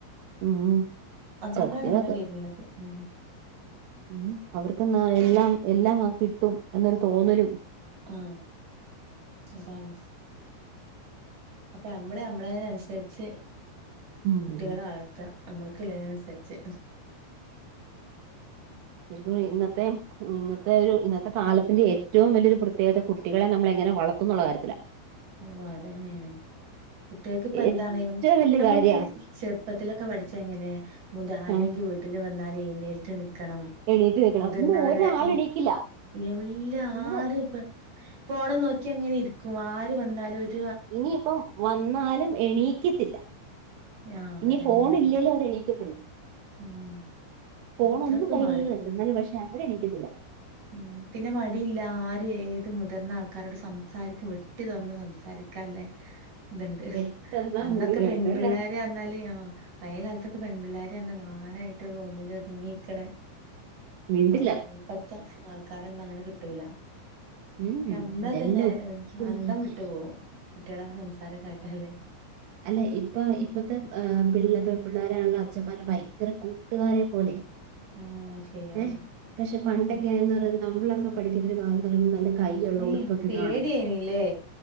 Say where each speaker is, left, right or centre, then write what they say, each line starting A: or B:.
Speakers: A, on the right; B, on the right.
A: ഉം
B: അതുകൊണ്ടാണ്
A: സത്യം
B: ഇങ്ങനെ
A: അത്
B: വരുന്നത് ഉം
A: ഉം അവർക്ക്ന്നാ എല്ലാം എല്ലാം കിട്ടും എന്നൊരു തോന്നലും
B: ആ അതാണ് അപ്പൊ നമ്മള് നമ്മളതിനനുസരിച്ച്
A: ഉം
B: കുട്ടികളെ വളർത്ത നമ്മക്ക് പിള്ളേന് അനുസരിച്ച്
A: ശരിക്കും ഇന്നത്തെ ഇന്നത്തെ ഒരു ഇപ്പൊ ഇന്നത്തെ ഇന്നത്തെ ഒരു ഇന്നത്തെ കാലത്തിന്റെ ഏറ്റവും വലിയൊരു പ്രത്യേകത കുട്ടികളെ നമ്മൾ എങ് ങ്ങനെ വളത്തുന്നുള്ള കാര്യത്തിലാ
B: ഓ അതന്നേണ് കുട്ടികൾക്ക് ഇപ്പ
A: ഏറ്റവും
B: എന്താണ്
A: വല്യ
B: നമ്മളൊക്കെ
A: കാര്യാ
B: ചെർ പ്പത്തിലൊക്കെ പഠിച്ച എങ്ങനെ മുത ആരങ്കി
A: ആഹ്
B: വീട്ടില് വന്നാലേ എഴ്ന്നേറ്റ് നി ക്കണം
A: എണീറ്റ് നിക്കണം
B: മുതിർന്നവരെ
A: ഇന്ന് ഒരാൾ
B: ഈ
A: എണീക്കില്ല
B: എല്ല
A: ഇന്ന്
B: ആരും ഇപ്പ ഫോണും നോക്കി അങ്ങനെ ഇരിക്കും ആര് വന്നാലും ഒര്
A: ഇനിയിപ്പം വന്നാലും എണീക്കത്തില്ല
B: ആഹ്
A: ഇനി
B: അതന്നെയാണ്
A: ഫോൺ ഇല്ലെലും അവരെണീക്കത്തില്ല
B: ഉം
A: ഫോൺ
B: അത്രക്ക്
A: ഒന്നും കയ്യിലില്ല
B: മാറിപ്പോയി
A: വെച്ചോ എന്നാലും പക്ഷെ അവര് എണീക്കത്തില്ല
B: ഉം പിന്നെ മടിയില്ല ആര് ഏത് മുതിർന്ന ആൾക്കാരോട് സംസാരിക്കും വെട്ടി തുറന്ന് സംസാരി ക്കാല്ലെ ഇത്ണ്ട്
A: പെട്ടെന്ന്
B: അന്നൊക്കെ
A: മുറി കണ്ടു
B: പെൺ
A: അല്ലേ
B: പിള്ളേര് പറഞ്ഞാല് ആ പഴയ കാലത്തൊ പെൺപിള്ളേര് പറഞ്ഞാ നാണായിട്ട് റൂമില് ഒതുങ്ങിക്കണ
A: മിണ്ടില്ല
B: ആ <unintelligible> ആൾക്കാരെന്നും അങ്ങനെ കിട്ടൂല
A: ഉം
B: നമ്മള് തന്നെ
A: എല്ലാം
B: അന്തം വിട്ടു പോവും കുട്ടിയോളെ സംസാരം കേട്ടാല്
A: അല്ലെ ഇപ്പൊ ഇപ്പത്തെ പിള്ളെ പെൺപിള്ളോരാണല്ലോ അച്ഛന്മാരെ ഭയങ്കര കൂട്ടുകാരെ പോലെ
B: ആഹ് ശരിയാണ്
A: ഏ പക്ഷെ പണ്ടൊക്കെന്ന്
B: ഉം
A: പറയ നമ്മളൊക്കെ പഠിക്കുന്നരു കാലംന്ന് പറയുമ്പോ നല്ല കൈയുള്ള
B: ഇമ്മേ
A: ഉടുപ്പൊക്കെ
B: പേടിയിയേനല്ലേ
A: ഇടണമെന്ന്